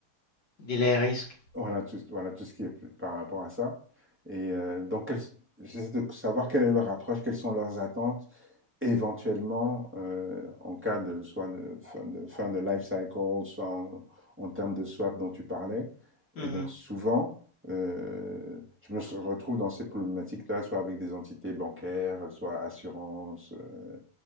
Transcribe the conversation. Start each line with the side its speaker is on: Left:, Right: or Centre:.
Left: Delay risk.
Centre: voilà, tout, voilà, tout ce qui est par rapport à ça. Et euh, donc, quelles- j'essaie de savoir quelle est leur approche, quelles sont leurs attentes, éventuellement, euh, en cas de soit de fin de, fin de life cycle, soit en, en termes de swap dont tu parlais. Et
Left: Mhm.
Centre: donc, souvent, euh, je me retrouve dans ces problématiques-là, soit avec des entités bancaires, soit assurances, euh,